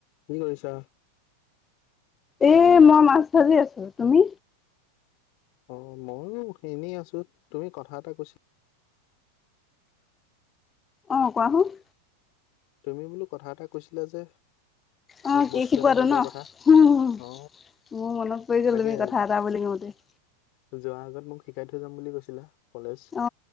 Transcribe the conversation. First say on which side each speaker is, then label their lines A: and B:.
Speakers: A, on the left; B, on the left.
A: কি কৰিছা?
B: এ মই মাছ ভাজি আছোঁ, তুমি?
A: অ, ময়ো এনেই আছোঁ, তুমি কথা এটা কৈছ
B: আহ, কোৱাহুন
A: তুমি বোলো কথা এটা কৈছিলা যে।
B: অ,
A: মোক
B: কি
A: বস্তু
B: শকোৱাটো
A: এটা শিকোৱাৰ
B: ন?
A: কথা।
B: মোৰ
A: অ
B: মনত পৰি গ'ল
A: তাকে
B: তুমি কথা এটা বুলি কওঁতেই।
A: যোৱাৰ আগত মোক শিকাই থৈ যাম বুলি কৈছিলা। কলেজ।
B: অ,